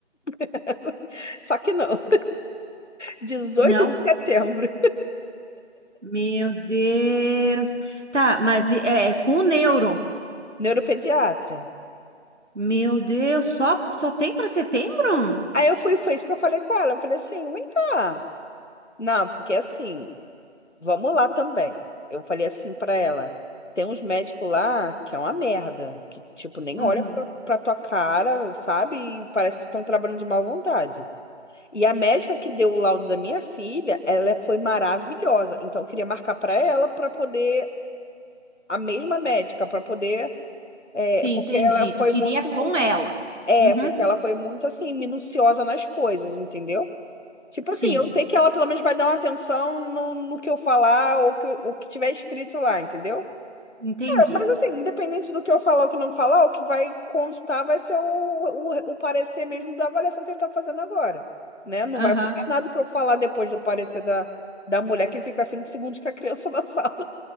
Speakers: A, on the left; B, on the right.
A: <laughs> Só que não. dezoito
B: Não?
A: de setembro,
B: Meu Deus. Tá, mas é, é com neuro.
A: neuropediatra.
B: Meu Deus, só, só tem para setembro?
A: Aí eu fui, foi isso que eu falei com ela. Eu falei assim, vem cá. Não, porque assim, vamos lá também. Eu falei assim pra ela, tem uns médicos lá que é uma merda, que tipo nem
B: Uhum.
A: olha pra, pra tua cara, sabe? E parece que estão trabalhando de má vontade. E a médica que deu o laudo da minha filha, ela foi maravilhosa. Então eu queria marcar pra ela pra poder a mesma médica pra poder é,
B: Sim,
A: porque
B: entendi.
A: ela foi
B: Tu queria
A: muito.
B: com ela.
A: É,
B: Uhum.
A: porque ela foi muito assim, minuciosa nas coisas, entendeu? Tipo
B: Sim,
A: assim, eu sei que ela pelo menos vai dar uma atenção no, no que eu falar ou que, o que tiver escrito lá, entendeu?
B: entendi.
A: É, Mas assim, independente do que eu falar ou que não falar, o que vai constar vai ser o, o, o parecer mesmo da avaliação que ele tá fazendo agora, né? Não
B: Aham.
A: vai mudar nada que eu falar depois do parecer da, da mulher que fica cinco segundos com a criança na sala.